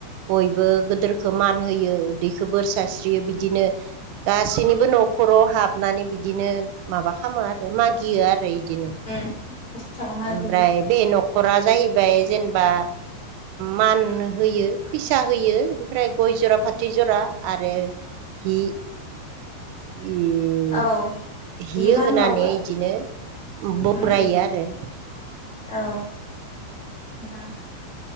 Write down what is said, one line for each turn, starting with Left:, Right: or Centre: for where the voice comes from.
Right: बयबो गोदोरखौ मान होयो उदैखौ बोर सारस्रियो बिदिनो गासैनिबो न' खर'आव हाबनानै बिदिनो माबा खामो आरो मागियो आरो इदिनो।
Left: उम बैसागु मागियो
Right: ओमफ्राय बे न'खरा जाहैबाय जेनबा मान होयो फैसा होयो इनिफ्राय गय जरा फाथै जरा आरो हि इयो
Left: औ
Right: हियो
Left: बिमान
Right: होनानै
Left: बावो
Right: इदिनो
Left: उम
Right: बरायो
Left: उम
Right: आरो।
Left: औ गोदान